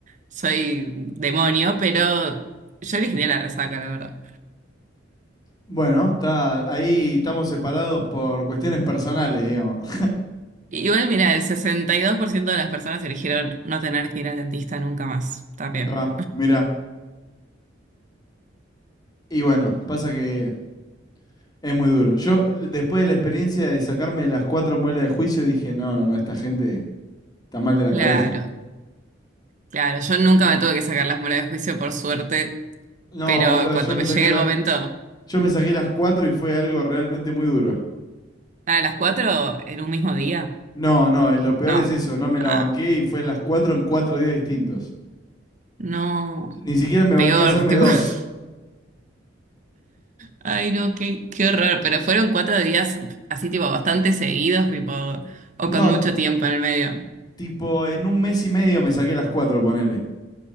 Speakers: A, on the right; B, on the left.
A: soy demonio, pero yo elegiría la resaca, la verdad.
B: Bueno, está ahí estamos separados por cuestiones personales, digamos. <laughs>
A: Igual, mira, el 62% de las personas eligieron no tener que ir al dentista nunca más. Está bien.
B: Ahí va, mirá. Y bueno, pasa que Es muy duro. Yo, después de la experiencia de sacarme las cuatro muelas de juicio, dije, no, no, no, esta gente está mal de la
A: Claro,
B: cabeza.
A: claro. Yo nunca me tuve que sacar las muelas de juicio, por suerte,
B: No,
A: pero
B: boludo,
A: cuando
B: yo me
A: me
B: saqué
A: llegue el
B: la,
A: momento,
B: yo me saqué las cuatro y fue algo realmente muy duro.
A: a las 4 en un mismo día.
B: No, no, eh, lo peor
A: No.
B: es eso, no me
A: Ah,
B: la banqué y fue las cuatro en cuatro días distintos.
A: no.
B: Ni siquiera me banqué
A: Peor,
B: a hacerme
A: tipo.
B: dos.
A: <laughs> Ay, no, qué, qué horror. Pero fueron cuatro días así, tipo, bastante seguidos, tipo, o
B: No,
A: con mucho tiempo en el medio.
B: tipo, en un mes y medio me saqué las cuatro, ponele.